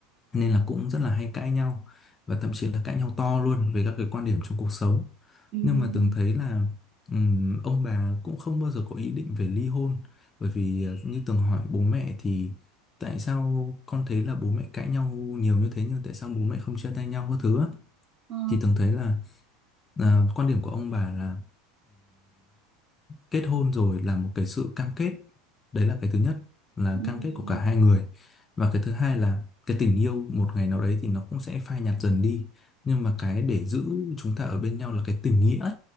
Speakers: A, on the left (about 25°); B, on the right (about 35°).
A: nên là cũng rất là hay cãi nhau và thậm chí là cãi nhau to luôn về các cái quan điểm trong cuộc sống
B: ừm,
A: nhưng mà từng thấy là ừm, ông bà cũng không bao giờ có ý định về ly hôn bởi vì ờ, như từng hỏi bố mẹ thì tại sao con thấy là bố mẹ cãi nhau nhiều như thế nhưng tại sao bố mẹ không chia tay nhau các thứ á?
B: ờ.
A: thì từng thấy là à, quan điểm của ông bà là kết hôn rồi là một cái sự cam kết đấy là cái thứ nhất là
B: ừ
A: cam kết của cả hai người và cái thứ hai là cái tình yêu một ngày nào đấy thì nó cũng sẽ phai nhạt dần đi nhưng mà cái để giữ chúng ta ở bên nhau là cái tình nghĩa ấy.